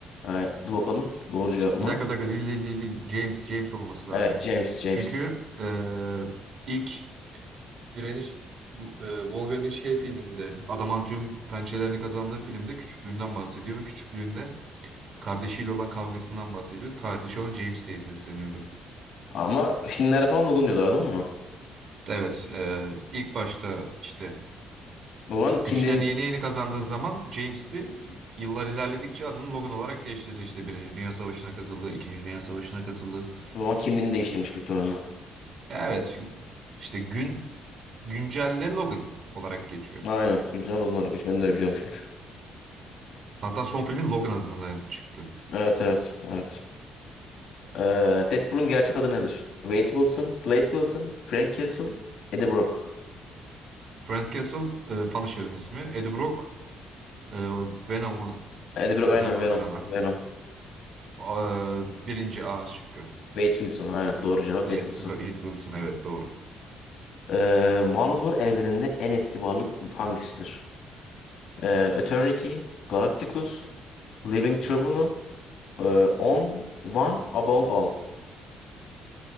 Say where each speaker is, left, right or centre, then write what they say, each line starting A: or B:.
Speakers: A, on the left; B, on the right.
A: Ee, dur bakalım. Doğru cevap mı?
B: Bir dakika bir dakika değil değil değil değil. James James olması lazım.
A: Evet. James. James.
B: Çünkü eee, ilk direniş bu- eee, Wolverine'in şey filminde adamantium pençelerini kazandığı filmde küçüklüğünden bahsediyor ve küçüklüğünde kardeşiyle olan kavgasından bahsediyor. Kardeşi ona James diye sesleniyordu.
A: Ama Finlerde falan Logan diyorlar değil mi bunu?
B: Evet, eee, ilk başta işte
A: O zaman kimliğin,
B: Güçlerini yeni yeni kazandığı zaman James de yıllar ilerledikçe adını Logan olarak değiştirdi. işte Birinci Dünya Savaşı'na katıldı, İkinci Dünya Savaşı'na katıldı.
A: o zaman kimliğini değiştirmiş muhtemelen.
B: Evet, işte gün güncelde Logan olarak geçiyor.
A: Aynen. Güncel Logan olarak geç. Ben de öyle biliyorum çünkü.
B: Hatta son filmi Logan adına çıktı.
A: Evet evet. Evet. Ee, Deadpool'un gerçek adı nedir? Wade Wilson, Slade Wilson, Frank Castle, Eddie Brock.
B: Frank Castle, e, Punisher'ın ismi. Eddie Brock, e, Venom'u
A: Eddie Brock
B: canlandıran
A: aynen Venom.
B: ak-
A: Venom.
B: a- birinci A şıkkı.
A: Wade Wilson aynen doğru cevap
B: Yes,
A: Wade Wilson.
B: Wade Wilson, evet doğru.
A: Ee, Marvel evreninde en eski varlık hangisidir? Ee, Eternity, Galacticus, Living Tribunal, ee, On, One, Above All.